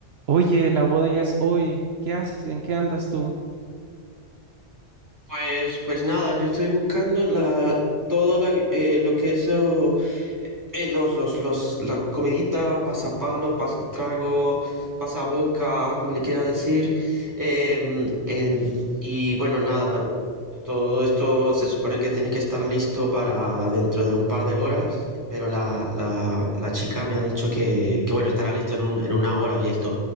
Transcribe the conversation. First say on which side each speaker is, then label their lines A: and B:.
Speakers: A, on the right (about 65°); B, on the right (about 15°).
A: Oye, la boda ya es hoy. ¿Qué haces? ¿En qué andas tú?
B: Pues, pues nada, yo estoy buscando la, todo la eh, lo que es oh, eh, los, los, los, las comeditas, pasapalo, pasatrago, pasaboca, como le quiera decir. em, en- y bueno, nada, todo esto se supone que tiene que estar listo para dentro de un par de horas, pero la, la, la chica me ha dicho que, que bueno, estará listo en un- en una hora y esto.